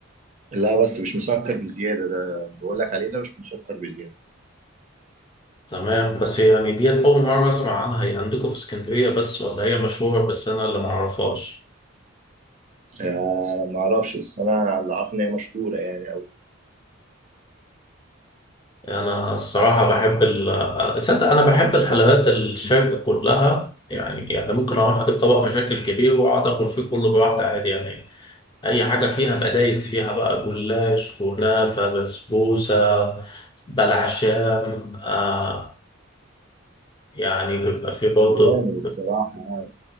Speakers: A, on the right (about 35°); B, on the left (about 20°).
A: لا بس مش مسكر بزيادة ده بقول لك عليه ده مش مسكر بزيادة
B: تمام بس يعني ديت أول مرة أسمع عنها هي عندكم في اسكندرية بس ولا هي مشهورة بس أنا اللي معرفهاش
A: آه ما اعرفش بس انا اللي عارف ان هي مشهورة يعني او
B: أنا الصراحة بحب ال آه، تصدق أنا بحب الحلويات الشرق كلها يعني يعني ممكن أروح أجيب طبق مشاكل كبير وأقعد آكل فيه كله براحتي عادي يعني أي حاجة فيها بقى دايس فيها بقى جلاش كنافة بسبوسة بلح شام آه يعني بيبقى فيه برضه
A: جامد الصراحة